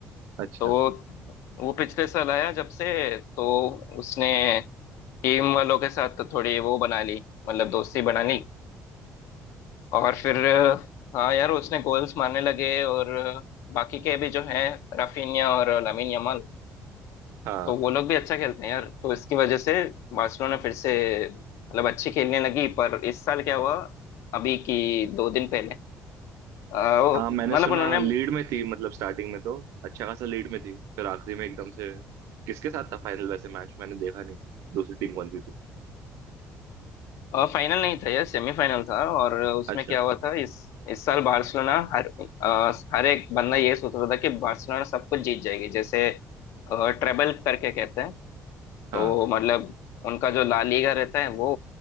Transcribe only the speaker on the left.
तो वो पिछले साल आया जब से तो उसने टीम वालों के साथ तो थोड़ी वो बना ली मतलब दोस्ती बना ली और फिर हाँ यार उसने गोल्स मारने लगे और बाकी के भी जो हैं राफिनिया और लामिन यमाल
तो वो लोग भी अच्छा खेलते हैं यार तो इसकी वजह से बार्सिलोना फिर से मतलब अच्छी खेलने लगी पर इस साल क्या हुआ अभी की दो दिन पहले अ, वो-
मतलब
उन्होंने
फाइनल नहीं था यह सेमीफाइनल था और उसमें
क्या हुआ था इस इस साल बार्सिलोना हर अ, हर एक बंदा ये सोच रहा था कि बार्सिलोना सब कुछ जीत जाएगी जैसे ट्रेबल करके कहते हैं
तो मतलब उनका जो ला लीगा रहता है वो